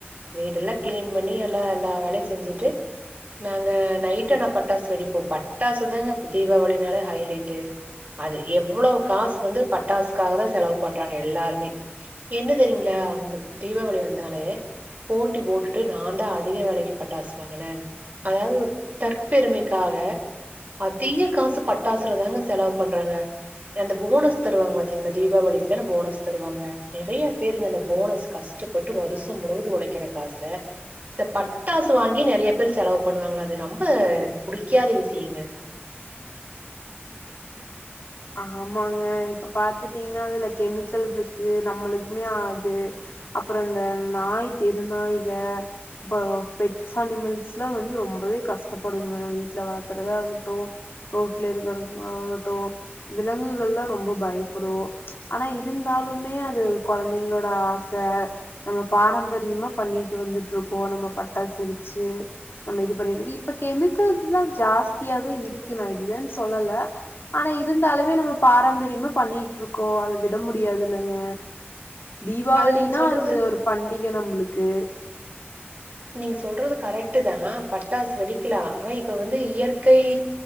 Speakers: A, on the right; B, on the left.
A: வீடுயெல்லா கிளீன் பண்ணி எல்லா எல்லா வேலையு செஞ்சிட்டு நாங்க நைட்டு அனா பட்டாசு வெடிப்போ பட்டாசுதாங்க தீபாவளினாலே ஹைலைட்டு அது எவ்ளோ காசு வந்து பட்டாசுக்காகதா செலவு பண்றாங்க எல்லாருமே என்ன தெரியுங்ளா இந்த தீபாவளி வந்தாலே போட்டி போட்டுட்டு நா தா அதிக வெலைக்கு பட்டாசு வாங்குன அதாவது ஒரு தற்பெருமைக்காக அதிக காசுப் பட்டாசுலதாங்க செலவு பண்றாங்க அந்த புவனஸ் தருவாங்க பாத்தீங்களா தீபாவளிக்கு தானே போனஸ் தருவாங்க நெறைய பேருங்க அந்த போனஸ் கஷ் கஷ்டப்பட்டு வருஷ முழுவது ஒழைக்கிற காச இந்தப்பட்டாசு வாங்கி நெறைய பேரு செலவு பண்ணுவாங்கள அது ரொம்ப எனக்கு புடிக்காத விஷியங்க
B: ஆமாங்க இப்ப பாத்துட்டீங்னா அதுல கெமிக்கல் இருக்கு நம்மளுக்குமே ஆது அப்புற இந்த நாய் தெரு நாய்க இப்ப பெட்ஸ் அனிமல்ஸ்லா வந்து ரொம்பவே கஷ்டப்படுங்க வீட்ல வளத்தறதாகட்டு ரோட்ல இருக்கறதாகட்டும் விலங்குகள்லா ரொம்ப பயப்புடும் ஆனா இருந்தாலுமே அது கொழந்தங்களோட ஆச நம்ம பாரம்பரியமா பண்ணிட்டு வந்துட்ருக்கோம் நம்ம பட்டாஸ் வெடிச்சு நம்ம இது பண்ணிட்டுரு இப்ப கெமிக்கல்ஸ்லா ஜாஸ்தியாவே இருக்கு நா இல்லேன் சொல்லல ஆனா இ இருந்தாலுமே நம்ம பாரம்பரியமா பண்ணிட்ருக்கோ அத விட முடியாதுல்லங்க தீபாவளினா
A: அது நீங்க சொல்றது
B: அது ஒரு பண்டிக நம்புளுக்கு
A: நீங்க சொல்றது கரெக்ட்டு தா பட்டாசு வெடிக்கிலா ஆனா இப்ப வந்து இயற்கை